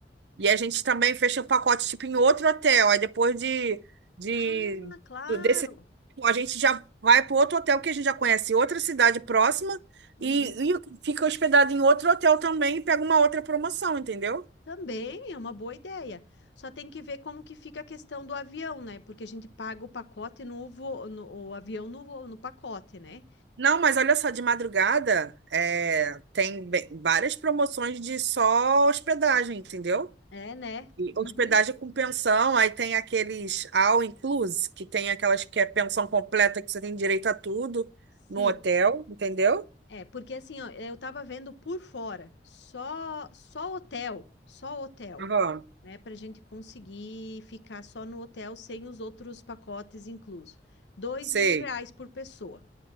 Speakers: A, on the right; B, on the left.
A: E a gente também fecha o pacote, tipo, em outro hotel. Aí depois de, de
B: Ah, claro.
A: do- desse, a gente já vai para outro hotel que a gente já conhece, outra cidade próxima,
B: Uhum.
A: e, e fica hospedado em outro hotel também e pega uma outra promoção, entendeu?
B: Também é uma boa ideia. Só tem que ver como que fica a questão do avião, né? Porque a gente paga o pacote no, vo... no o avião no, vo- no pacote, né?
A: Não, mas olha só, de madrugada é, tem bem- várias promoções de só hospedagem, entendeu?
B: É, né?
A: E
B: Uhum.
A: hospedagem com pensão, aí tem aqueles all inclusive, que tem aquelas que é pensão completa que você tem direito a tudo
B: Sim.
A: no hotel, entendeu?
B: É, porque assim, ó, eu tava vendo por fora, só só hotel, só hotel,
A: Aham,
B: né? Pra gente conseguir ficar só no hotel sem os outros pacotes inclusos. Dois
A: sei.
B: mil reais por pessoa,